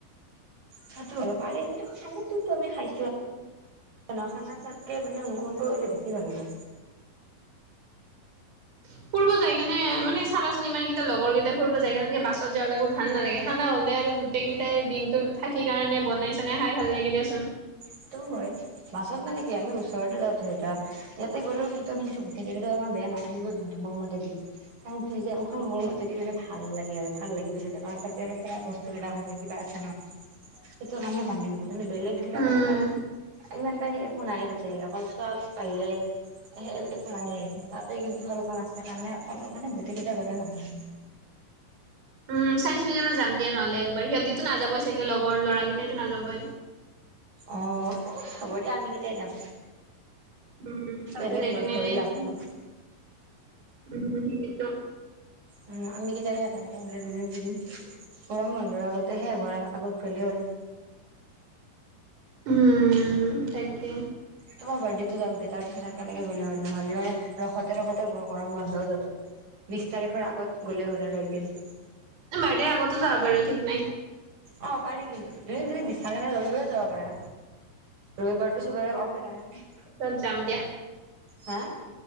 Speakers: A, on the right; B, on the right.
A: সেতু হয় পাৰি এই কিন্তু খানাতুটো আমি খাইছোঁ। এ ন'খানা চোৱাতকে মানে মহতো হলে বেছি ভাল লাগে।
B: <unintelligible> ফুৰব যায়কিনে মানে চাবাচোন ইমানকেইটা লগৰ কেইটা ফুৰিব যায় এনেকে বাছত যাব লাগিব ভাল নালাগে খানা হ'লে আৰু গোট গোটেইকেইটাই দিনটো থাকি কাৰণে বনাই চনাই খাই ভাল লাগে দিয়াচোন
A: সেইটো হয়। বাছত মানে কি আমি ওচৰতে যাওঁ ধৰি লোৱা ইয়াতে গ'লেও কিন্তু আমি যিটো ভেকচিন <unintelligible> বেয়া নালাগিব তোমৰ মতে দি মোক কিযে মোখন লাগি পিনে মানে ভাল লাগে আৰু ভাল লাগি গৈ থাকে কাৰণ তাতে ধৰা বস্ বিলাক আছে কিবা আছে নহ সেইটো কাৰণে ভাল লাগিব কিন্তু বেলেগ বিলাক
B: উম
A: অলপমান ইমান টাইম একো নাই তাতে অকল চোৱা বাহিৰে। সে একো নাইয়ে তাতে কিন্তু অলপমান আছে কাৰণে অলপ মানে গোটেই কেইটা গলে ভাল‌ লাগে।
B: উম, ছায়েন্স মিউজিয়ামত যাম দিয়া নহ'লে একবাৰ সিহঁতিতো নাযাবই চাগে লগৰ ল'ৰাকেইটাইটো নাযাবই।
A: অ', হ'ব দিয়া আমি কেইটাই যাম
B: উম তাতে
A: বেলেগ
B: যাই
A: লগ
B: কেনে
A: ধৰি লাভো নাই।
B: উম- উম এটো
A: উম, আমি কেটাই একেলগে <unintelligible> ঘূৰিম গৰম বন্ধৰ আগতে শেষ হোৱাৰ আগত গ'লে হ'ল।
B: <inaudible> উম তাকে।
A: তোমাৰ বৰ্থডেটো যাওক দে তাৰপাছত কেনেকে গ'লে হ'ল নহলে ৰখতে ৰখতে বৰ গৰম বন্ধও যাব বিশ তাৰিখৰ আগত গ'লে আৰু একদিন
B: বাৰ্থডে আগতো যাবা পাৰো ঠিক নাই
A: অ পাৰি কিন্তু যোনে যোনে বিচাৰা ৰবিবাৰেও যাব পাৰা ৰবিবাৰটো চবৰে অফ হয় তাকানে
B: পিছত যাম দিয়া।
A: হে!